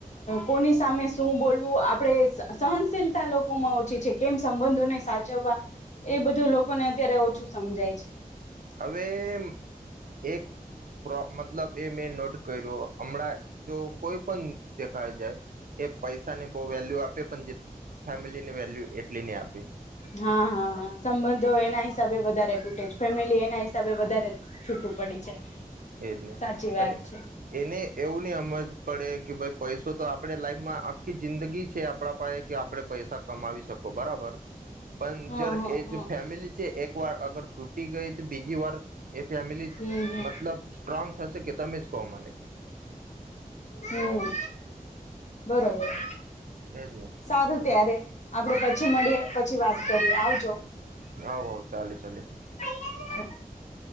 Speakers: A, on the left; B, on the right.
A: કોની સામે શું બોલવું આપણે સહનશીલતા લોકોમાં ઓછી છે કેમ સંબંધોને સાચવવા એ બધું લોકોને અત્યારે શું સમજાય છે
B: હવે, એમ એક પ્રો મતલબ એ મે નોટ કર્યૉ હમણાં જો કોઈ પણ દેખાય જાય એ પૈસા ને બહુ વેલ્યુ આપે, પણ જે ફેમિલી ને વેલ્યુ એટલી ની આપે
A: હા, હા, હા, સંબંધો એના હિસાબે વધારે ફેમિલી એના હિસાબે વધારે છૂટું પડી છે
B: એજ ને,
A: સાચી વાત
B: અને
A: છે
B: એને એવું ની હમજ પડે કે ભાઈ પૈસો તો આપણે લાઈફમાં આખી જિંદગી છે આપણા પાહે કે આપણે પૈસા કમાવી શકો બરાબર પણ
A: હ
B: જ્યારે
A: હ હ
B: એ જો ફેમિલી છે એક વાર અગર તૂ ગઈ. બીજી વાર એ ફેમિલી
A: હમ હમ
B: મતલબ સ્ટ્રોંગ થશે કે તમે જ કહો મને.
A: હમ બરોબર.
B: એજ ને
A: સારું ત્યારે આપડે પછ પછી મળીયે પછ પછી વાત કરીએ આવજો.
B: હ ચાલે ચલે.
A: હ લ